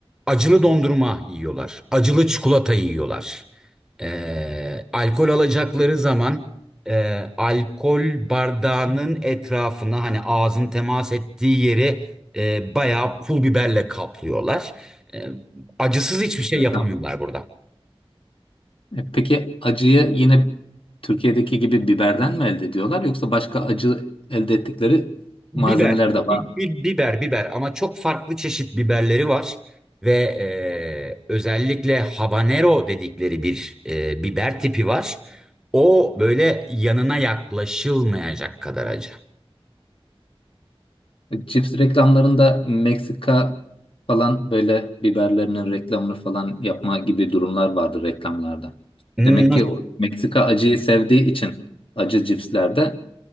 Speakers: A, in the centre; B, on the left.
A: acılı dondurma yiyorlar. Acılı çikolata yiyorlar. Ee, alkol alacakları zaman e, alkol bardağının etrafına hani ağzın temas ettiği yeri e, bayağı pul biberle kaplıyorlar. Ee, acısız hiçbir şey
B: Evet.
A: yapamıyorlar burada.
B: E, Peki acıyı yine Türkiye'deki gibi biberden mi elde ediyorlar yoksa başka acı elde ettikleri
A: Biber,
B: malzemeler de var
A: bi-
B: mı?
A: bi- biber, biber ama çok farklı çeşit biberleri var ve e, özellikle habanero dedikleri bir e, biber tipi var. O böyle yanına yaklaşılmayacak kadar acı.
B: Cips reklamlarında Meksika falan böyle biberlerinin reklamını falan yapma gibi durumlar vardı reklamlarda.
A: Nasıl?
B: Demek ki o Meksika acıyı sevdiği için acı cipslerde